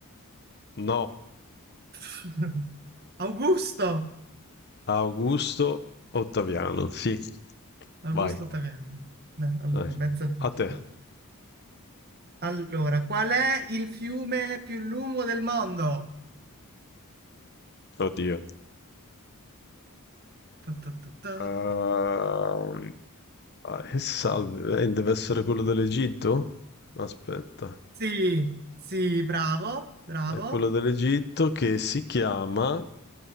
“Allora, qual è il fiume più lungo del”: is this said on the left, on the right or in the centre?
Right